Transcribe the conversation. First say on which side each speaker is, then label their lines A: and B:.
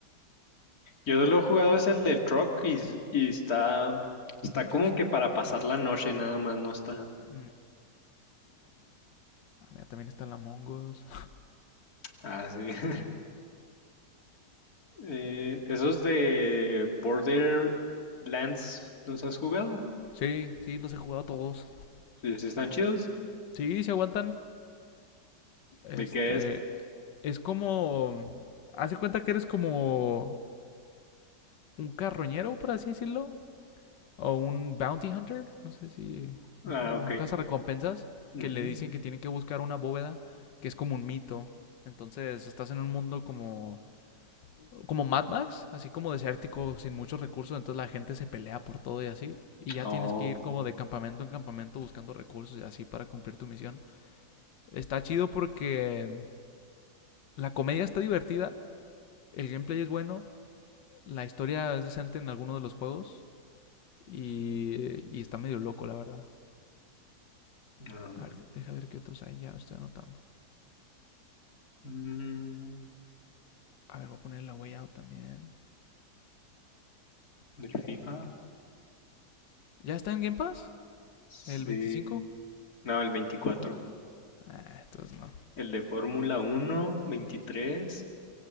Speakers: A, on the left; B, on the left.
A: Yo solo he jugado es el del truck y, s- y está, está
B: del
A: como
B: Truck Simulator.
A: que para pasar la noche nada más, no está
B: Mm. Ah, mira, también está la Mongos.
A: así. <laughs> Eh, esos de Borderlands, ¿los has jugado?
B: Sí, sí, los he jugado todos.
A: Sí, sí están chidos.
B: Sí, se aguantan. Este,
A: ¿De qué es?
B: es como, hace cuenta que eres como un carroñero, por así decirlo, o un bounty hunter, no sé si me
A: Ah,
B: explico, como
A: ok.
B: un cazarrecompensas,
A: Ujú.
B: que le dicen que tiene que buscar una bóveda, que es como un mito. Entonces, estás en un mundo como como Mad Max, así como desértico, sin muchos recursos, entonces la gente se pelea por todo y así, y ya
A: Oh,
B: tienes que ir como de campamento en campamento buscando recursos y así para cumplir tu misión. Está chido porque mm, la comedia está divertida, el gameplay es bueno, la historia es decente en alguno de los juegos y, y está medio loco, la verdad.
A: no.
B: A ver, deja ver qué otros hay, ya estoy anotando.
A: Mm,
B: A ver, voy a poner la Way Out también.
A: ¿del FIFA?
B: ¿Ya está en Game Pass?
A: Sí.
B: ¿El veinticinco
A: No, el veinticuatro
B: Ah, entonces no.
A: El de Fórmula Uno veintitrés